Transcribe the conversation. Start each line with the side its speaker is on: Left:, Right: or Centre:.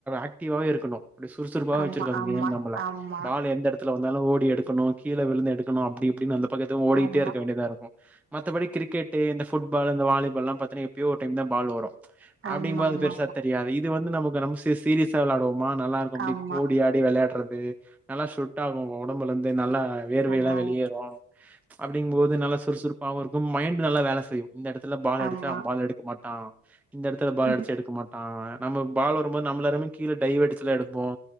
Centre: ஆக்டிவாவே இருக்குணு அப்டி சுறுசுறுப்பாவே
Right: ஆமா
Centre: வச்சிருக்கு அந்த
Right: ஆமா
Centre: கேம் நம்பள
Right: ஆமா
Centre: பால் எந்த எடத்துல வந் தாலு ஓடி எடுக்கணு கீழ விழுந்து எக்கணு அப்டி இப்டினு அந்த பக்கட்டு ஓடிட்டே
Right: ஆமா
Centre: இருக்க வேண்டியதா இருக்கு மத்தபடி கிரிக்கெட் டு இந்த ஃபுட்பால் இந்த வாலிபால் பாத்தீனா எப்யோ ஒரு டைம் தா பால் வரு
Right: ஆமா
Centre: அப்டிங்போது
Right: ஆமா
Centre: பெருசா தெரியாது இது வந்து நமக்கு நம் சீரியஸ்சா வெளையாடுவோமா நல்லா இருக்கு அப்டி
Right: ஆமா
Centre: ஓடியாடி வெளையாடுறது நல்லா ஸ்சுட் ஆகு ஒடம்புல இருந்து நல்லா வேர்வைல்லா
Right: அதா
Centre: வெளியேறு அப்டிங்கும் போது நல்லா சுறுசுறுப் பாவு இருக்கு மைண்ட் நல்லா வேல செய்யு இந்த எடத்துல பால் அடிச்சா
Right: ஆமா
Centre: பால் எடுக்க மாட்டா இந்த எடத்துல பால்
Right: ம்
Centre: அடிச்சா எடுக்க மாட்டா நம்ம பால் வரும்போது நம்லரிமே கீழ டைவடிச்சலா எடுப்போ